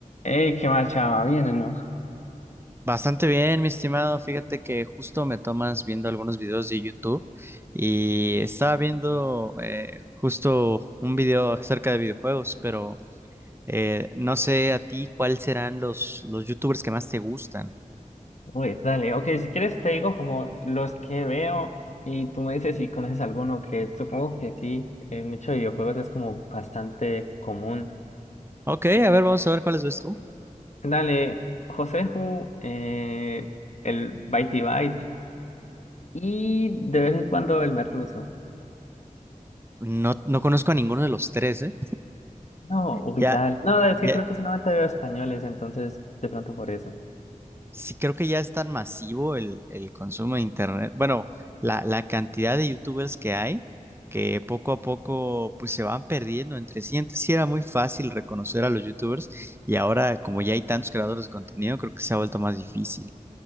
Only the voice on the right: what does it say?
Bastante bien, mi estimado. Fíjate que justo me tomas viendo algunos videos de YouTube y estaba viendo eh, justo un video acerca de videojuegos, pero eh, no sé a ti cuáles serán los, los YouTubers que más te gustan.
Ok, a
ver, vamos a ver cuáles ves tú.
No, no conozco a ninguno de los tres, ¿eh?
Ya,
ya,
Sí, creo que ya es tan masivo el, el consumo de internet. Bueno, la, la cantidad de youtubers que hay que poco a poco pues se van perdiendo entre sí. Antes sí era muy fácil reconocer a los youtubers y ahora como ya hay tantos creadores de contenido, creo que se ha vuelto más difícil.